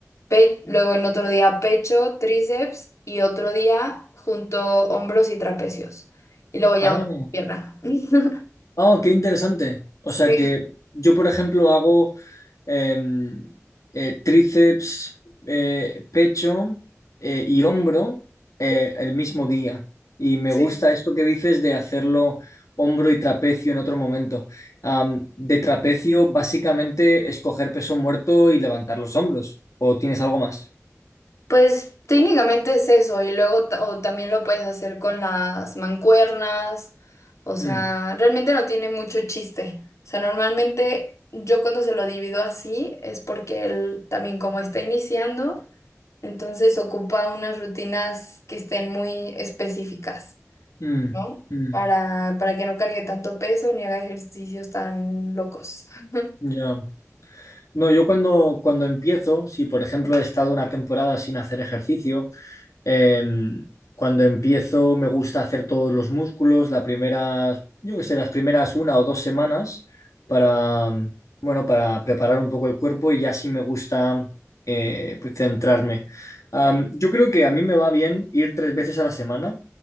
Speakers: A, on the left; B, on the left.
A: pe- luego en otro día pecho, tríceps, y otro día junto hombros y trapecios. Y luego ya
B: Ah.
A: una pierna. <laughs>
B: Oh, qué interesante. O
A: Sí,
B: sea que yo, por ejemplo, hago em, eh, tríceps, eh, pecho eh, y hombro eh, el mismo día. Y me
A: sí.
B: gusta esto que dices de hacerlo hombro y trapecio en otro momento. Am, de trapecio, básicamente, escoger peso muerto y levantar los hombros. ¿O tienes algo más?
A: Pues técnicamente es eso, y luego ta- o también lo puedes hacer con las mancuernas, o sea,
B: Mm,
A: realmente no tiene mucho chiste. O sea, normalmente yo cuando se lo divido así es porque él también como está iniciando, entonces ocupa unas rutinas que estén muy específicas,
B: mm,
A: ¿no?
B: mm,
A: Para, para que no cargue tanto peso ni haga ejercicios tan locos. <laughs>
B: ya. No, yo cuando, cuando empiezo, si por ejemplo he estado una temporada sin hacer ejercicio, Em, cuando empiezo me gusta hacer todos los músculos, las primeras, yo qué sé, las primeras una o dos semanas para, mm, bueno, para preparar un poco el cuerpo y ya sí me gusta eh, pues, centrarme. Am, yo creo que a mí me va bien ir tres veces a la semana,